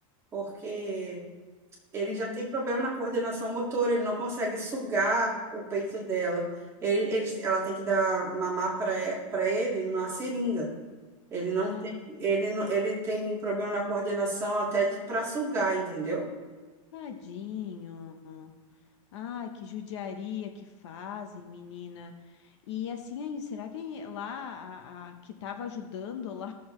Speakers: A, on the right; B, on the left.
A: porque Ele
B: Uhum.
A: já tem problema na coordenação motora, ele não consegue sugar o peito dela. Ele, ele- ela tem que dar mamar para ele numa seringa. Ele não
B: Ah,
A: tem, ele, não- ele tem problema na coordenação até para sugar, entendeu?
B: Tadinho. Ai, que judiaria que fazem, menina. E assim aí, será que lá a, a que estava ajudando lá,